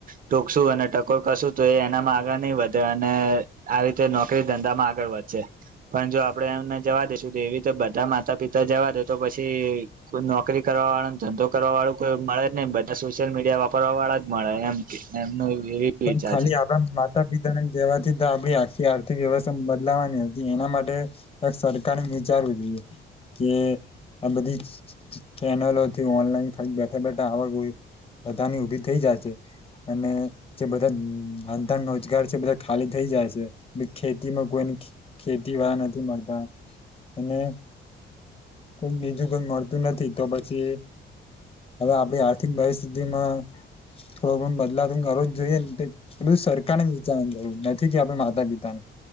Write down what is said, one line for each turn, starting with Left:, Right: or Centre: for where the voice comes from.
Right: ટોકસું અને ટકોર કરશુ, તો એ એનામાં આગળ નહી, વધે અને આ રીતે નો ધંધામાં આગળ વધશે પણ જો આપણેે એમને જવા દઈશુ, તો એવી રિતે બધા માતા પિતા જવા દે તો પછી કોઈ નોકરી, કરવા વાળોને ધંધો કરવા વાળો કોઈ મળે જ નહી, બધા સોશયલ મીડિયા, વાપરવા વાળા જ મળે એમ એમનો એવી
Left: પણ
Right: વિચાર
Left: ખાલી,
Right: છે
Left: આપે માતા પિતાને જવાથી. આપ આખી આર્થિક વ્યવસ્થા બદલાવાની હતી, એના માટે સરકાર વિચારવું જોઈએ. કે આ બધી ચેનલોથી ઓનલાઈનથ બેઠા, બેઠા આવક ગયુ બધાની ઊભી થઈ, જાયશે અને જે બધા ધંધા રોજગાર છે, બધા ખાલી થઈ જાય છે. ખેતીમાં કોઈની ખેતી વા નથી, મળતા અને કોઈ બીજુ, કોઈ મળતું નથી. તો પછી હવે, આપડી આર્થિક પરિસ્થિતિમા થોડો, ઘણ બદલાવ કરવો જ જોઈએ, ને બધુ સરકારને વિચાર જવું નથી. કે આપડે માતા પિતાને